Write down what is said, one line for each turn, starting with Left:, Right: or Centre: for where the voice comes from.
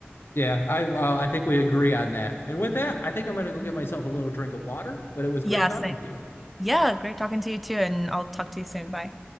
Left: Yeah, I well, I think we agree on that. And with that, I think I'm gonna go get myself a little drink of water, but it was great
Centre: Yeah,
Left: talking
Centre: same.
Left: to you.
Centre: Yeah, great talking to you too. And I'll talk to you soon. Bye.